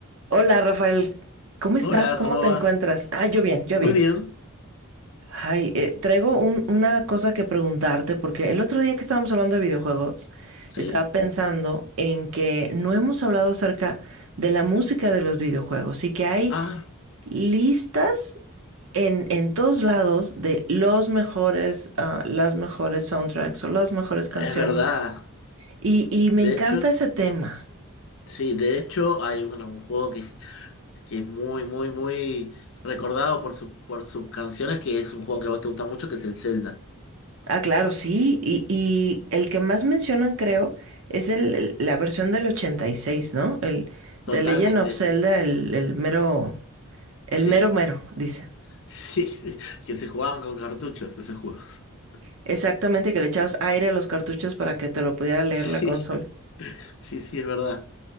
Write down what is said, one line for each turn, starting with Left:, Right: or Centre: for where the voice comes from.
Right: Hola Rafael, ¿cómo estás?
Left: Hola,
Right: ¿Cómo
Left: ¿cómo
Right: te
Left: vas?
Right: encuentras? Ah, yo bien, yo
Left: Muy
Right: bien.
Left: bien,
Right: Ay, eh, traigo un- una cosa que preguntarte porque el otro día que estábamos hablando de videojuegos,
Left: sí.
Right: estaba pensando en que no hemos hablado acerca de la música de los videojuegos y que hay
Left: Ah,
Right: listas en, en todos lados de los mejores, ah, las mejores soundtracks o las mejores canciones.
Left: es verdad.
Right: Y, y me
Left: De
Right: encanta
Left: hecho,
Right: ese tema.
Left: sí, de hecho hay bueno, un juego que, que es muy, muy, muy recordado por, su- por sus canciones, que es un juego que a vos te gusta mucho, que es el Zelda.
Right: Ah, claro, sí. Y, y el que más mencionan, creo, es el, el- la versión del 86, ¿no? El
Left: Totalmente,
Right: de Legend of Zelda, el, el mero, el
Left: sí,
Right: mero mero, dicen.
Left: <laughs> sí, sí, que se jugaban con cartuchos esos juegos. <laughs>
Right: Exactamente, que le echabas aire a los cartuchos para que te lo pudiera leer
Left: Sí,
Right: la consola.
Left: sí, sí, es verdad.